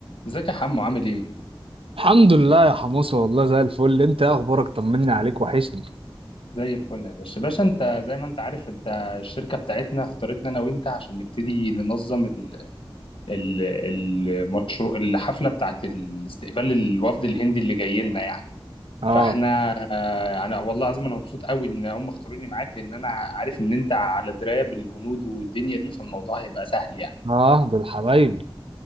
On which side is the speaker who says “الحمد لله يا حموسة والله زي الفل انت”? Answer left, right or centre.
Right